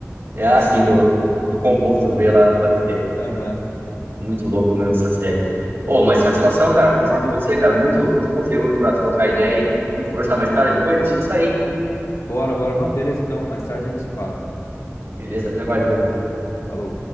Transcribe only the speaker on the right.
É assim,
do, do composto V lá, pode crer.
Muito louco mesmo essa série. Ô, mas satisfação, cara, conversar com você, cara, muito, muito conteúdo pra trocar ideia, hein? Vamos conversar mais tarde, depois preciso sair.
Beleza, até mais, Bruno.